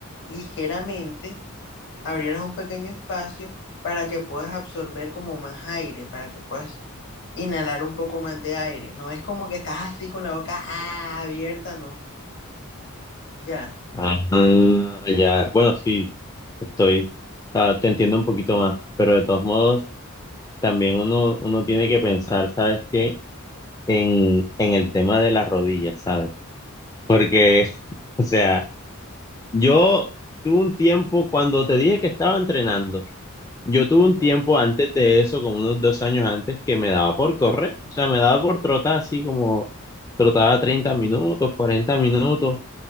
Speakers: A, on the left; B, on the left.
A: ligeramente, abrieras un pequeño espacio para que puedas absorber como más aire, para que puedas inhalar un poco más de aire. No es como que estás así con la boca ah, abierta, no, ya.
B: Ah, Ah, ya. Bueno, sí, estoy, ah, te entiendo un poquito más, pero de todos modos, también uno, uno tiene que pensar, ¿sabes qué? En, en el tema de las rodillas, ¿sabes? Porque, <laughs> o sea, yo tuve un tiempo, cuando te dije que estaba entrenando, yo tuve
A: Ujú.
B: un tiempo antes de eso, como unos dos años antes, que me daba por correr, o sea, me daba por trotar así como trotaba 30 minutos, cuarenta minutos